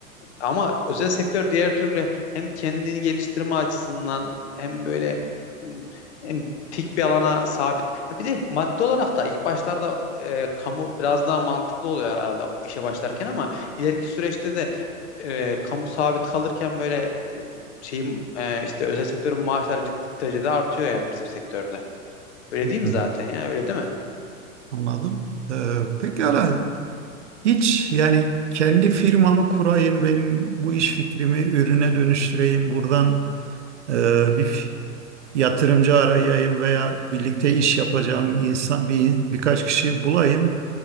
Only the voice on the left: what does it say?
Ama özel sektör diğer türlü hem kendini geliştirme açısından hem böyle hmm, hem tek bir alana sabit. Ha, Bir de maddi olarak da ilk başlarda e, kamu biraz daha mantıklı oluyor herhalde işe başlarken ama ileriki süreçte de e, kamu sabit kalırken böyle e, şeyin e, işte özel sektörün maaşları ciddi derecede artıyor yani bizim sektörde. Öyle
değil mi
zaten ya? Öyle değil mi?